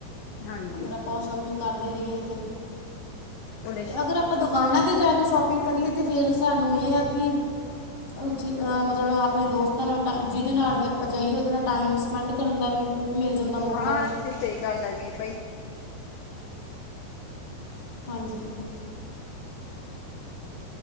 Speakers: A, on the left; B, on the left.
A: ਹਾਂਜੀ
B: ਅਗਰ ਆਪਾਂ ਓ ਸ਼ੋਪਿੰਗ ਕਾਰਦੇ ਰਈਏ ਤੇ,
A: ਉਹਦੇ
B: ਤੇ ਅਗਰ ਆਪਾਂ ਦੁੱਕ ਕਾਨਾਂ ਤੇ ਜਾ ਕੇ ਸ਼ੋਪਿੰਗ ਕਰੀਏ ਤੇ ਫੇਰ ਸਾਨੂੰ ਏ ਆ ਕਿ ਜ ਅ ਮਤਲਬ ਆਪਣੇ ਦੋਸਤਾਂ ਨਾਲ ਟ ਜਿਦੇ ਨਾਲ ਵੀ ਆਪਾਂ ਜਾਈਏ ਓਦੇ ਨਾਲ ਟਾਈਮ ਸਪੈਂਡ ਕਰਨ ਦਾ ਵੀ ਮਿਲ ਜਾਂਦਾ ਮੌਕਾ।
A: ਹਾਂ ਤੇ ਸਈ ਗੱਲ ਹੈਗੀ ਏ ਬਈ।
B: ਹਾਂਜੀ।